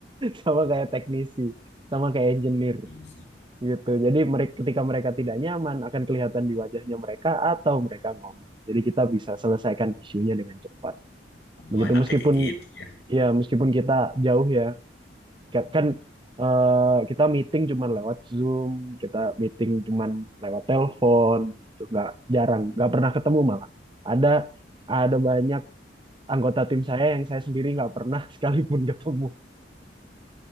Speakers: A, on the right (about 25°); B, on the left (about 65°).
A: sama kayak teknisi, sama kayak engineer.
B: iya sih.
A: gitu. Jadi mereka ketika mereka tidak nyaman akan kelihatan di wajahnya mereka atau mereka ngomong. Jadi kita bisa selesaikan isunya dengan cepat. Begitu
B: Oh, enaknya
A: meskipun
B: kayak gitu ya.
A: ya meskipun kita jauh ya ka- kan eh, kita meeting cuman lewat Zoom, kita meeting cuman lewat telepon gitu. Nggak jarang, nggak pernah ketemu malah. Ada ada banyak anggota tim saya yang saya sendiri nggak pernah <laughs> sekalipun ketemu.